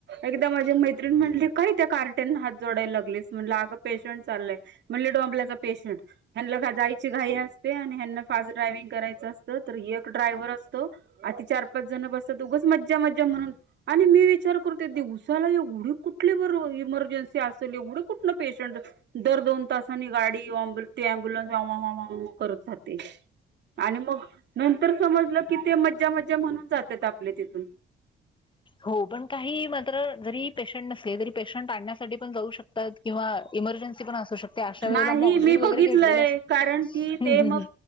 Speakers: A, on the right; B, on the left.
A: एकदा मा मैत्रण म्हणले काय त्या कार्ट्याना हात जोडायला लागलेस. म्हनल अगं पेशंट चालय म्हणले डोंबल्याचा पेशंट ह्यांना जायची घाई असते आणि ह्यांना फास्ट ड्रायव्हिंग करायच असत तर एक ड्रायव्हर असतो अती चार पाच जण बसत उगाच मज्जा मज्जा म्हणून आणि मी विचार करते दिवसाला एवढी कुठले बर इमर्जन्सी असेल एवढ कुठल पेशंट दर दोन तासांनी गाडी <unintelligible> ते अम्बुलन्स वा वा वा वा करत जाते. आणि मग नंतर समजलं की ते मज्जा मज्जा म्हणून जातात आपले तिथून.
B: हो पण काही मात्र जरी पेशंट नसले तरी पेशंट आणण्यासाठी पण जाऊ शकतात. किंवा इमर्जन्सी पण असू शकते. अशा वेळेला
A: नाही
B: मॉकड्रिल
A: मी बघितलंय
B: वगैरे घेतलेले अस.
A: कारण की
B: हम्म
A: ते
B: हम्म
A: मग
B: हम्म